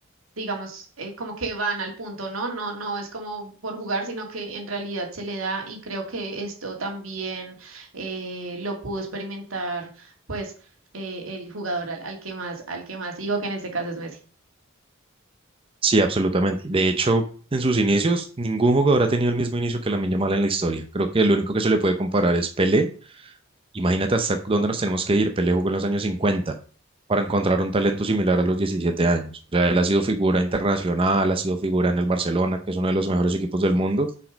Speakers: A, on the right; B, on the right.
A: digamos, eh, como que van al punto, ¿no? No, no es como por jugar, sino que en realidad se le da y creo que esto también eh, lo pudo experimentar, pues, eh, el jugador al, al que más, al que más digo que en este caso es Messi.
B: Sí, absolutamente. De hecho, en sus inicios, ningún jugador ha tenido el mismo inicio que Lamine mal en la historia. Creo que lo único que se le puede comparar es Pelé Imagínate hasta dónde nos tenemos que ir. Pelé jugó en los años 50 para encontrar un talento similar a los 17 años. O sea, él ha sido figura internacional, ha sido figura en el Barcelona, que es uno de los mejores equipos del mundo.